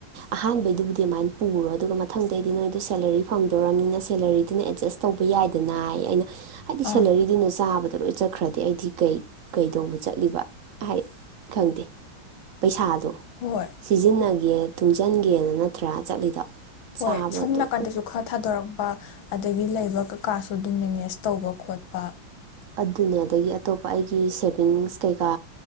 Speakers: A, on the right (about 70°); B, on the left (about 75°).
A: ꯑꯍꯥꯟꯕꯩꯗꯨꯕꯨꯗꯤ ꯑꯗꯨꯃꯥꯏꯅ ꯄꯨꯔꯣ ꯑꯗꯨꯒ ꯃꯊꯪꯗꯩꯗꯤ ꯅꯣꯏꯗꯣ ꯁꯦꯂꯔꯤ ꯐꯪꯗꯣꯔꯔꯕꯅꯤꯅ ꯁꯦꯂꯔꯤꯗꯨꯅ ꯑꯦꯠꯖꯁ ꯇꯧꯕ ꯌꯥꯏꯗꯅꯏ ꯑꯩꯅ ꯍꯥꯏꯗꯤ
B: ꯑꯥ
A: ꯁꯦꯂꯔꯤꯗꯨꯅ ꯆꯥꯕꯗ ꯂꯣꯏ ꯆꯠꯈ꯭ꯔꯗꯤ ꯑꯩꯗꯤ ꯀꯩ ꯀꯩꯗꯧꯕ ꯆꯠꯂꯤꯕ ꯍꯥꯏ ꯈꯪꯗꯦ ꯄꯩꯁꯥ
B: ꯍꯣꯏ
A: ꯁꯤꯖꯤꯟꯅꯒꯦ ꯇꯨꯡꯁꯤꯟꯒꯦꯅ ꯅꯠꯇ꯭ꯔꯥ ꯆꯠꯂꯤꯗꯣ
B: ꯍꯣꯏ
A: ꯆꯥꯕꯗꯣ
B: ꯁꯣꯝ ꯅꯥꯀꯟꯗꯁꯨ ꯈꯔ ꯊꯥꯗꯣꯔꯛꯄ ꯑꯗꯒꯤ ꯂꯩꯕ ꯀꯀꯥꯁꯨ ꯑꯗꯨꯝ ꯃꯦꯅꯦꯖ ꯇꯧꯕ ꯈꯣꯠꯄ
A: ꯑꯗꯨꯅꯦ ꯑꯗꯒꯤ ꯑꯇꯣꯞꯄ ꯑꯩꯒꯤ ꯁꯦꯚꯤꯡꯁ ꯀꯩꯀꯥ